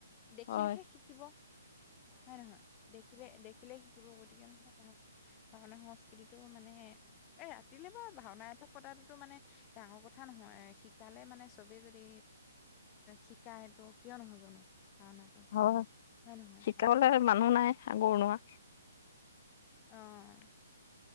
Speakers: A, on the left; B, on the left.
A: দেখিলেহে
B: হয়
A: শিকিব হয় নহয় দেখিলে দেখিলেে শিকিব গতিকে মানে ভাব। ভাওনা সংস্কৃতিটো মানে এ ৰাতিলে বাও ভাওনা এভাগক পতাটোতো মানে ডাঙৰ কথা নহয় শিকালে মানে চবেই যদি শিকায় ত কিয় নহ'ব নো। ভাওনাটো
B: হয়
A: হয় নহয়
B: শিকাবলৈ মানুহ নাই আগৰ নুৱা।
A: অ',